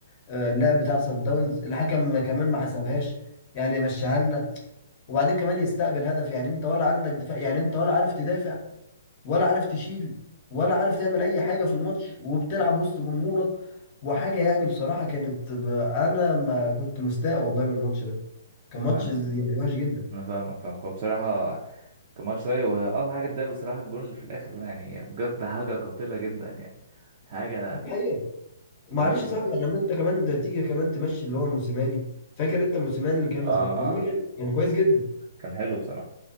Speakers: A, on the left; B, on the right.
A: آه، اللعب بتاع سان داونز الحكم ما- كمان ما حسبهاش يعني مشاها لنا وبعدين كمان يستقبل هدف يعني انت ولا عندك دفاع يعني انت ولا عارف تدافع ولا عارف تشيل ولا عارف تعمل اي حاجه في الماتش وبتلعب وسط جمهورك وحاجه يعني بصراحه كانت ب... انا ما كنت مستاء والله من الماتش ده كان ماتش
B: أنا فاهم.
A: ز- يعني وحش جدا
B: انا فاهمك فاهمك هو بصراحه كان ماتش سيء واكتر حاجه اتضايق بصراحه الجون اللي في الاخر ده يعني بجد حاجه قاتله جدا يعني حاجه
A: دي حقيقه معلش
B: بجد
A: يا صاحبي يعني لما انت كمان ده تيجي كمان تمشي اللي هو موسيماني فاكر انت موسيماني اللي كان لاسبوع
B: اه
A: والله
B: اه
A: كان كان كويس جدا
B: كان حلو بصراحه